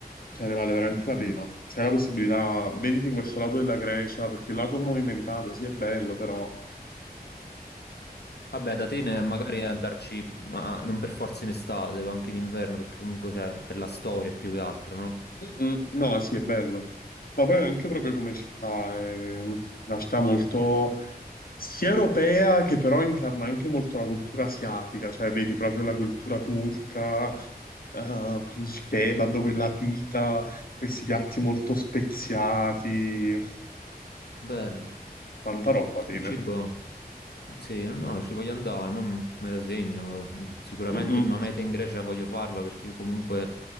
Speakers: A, on the left; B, on the left.
A: cioè ne vale veramente
B: Mm,
A: la
B: mm.
A: pena. Se hai la possibilità, vediti questo lato della Grecia, perché il lato movimentato sì è bello, però...
B: Vabbè, da Atene magari andarci, ma non per forza in estate, ma anche in inverno, perché comunque c'è per la storia più che altro, no?
A: Mm, No, sì, è bello. Ma poi anche proprio come città, è una città molto sia europea che però incarna anche molto la cultura asiatica, cioè vedi proprio la cultura turca, eh, il kebab, quella pita, questi piatti molto speziati,
B: Bello.
A: tanta roba tiene.
B: Il cibo? Sì, no, no, ci voglio andare, ma me lo segno. Mm, Sicuramente
A: Mm, mm.
B: una meta in Grecia voglio farla perché comunque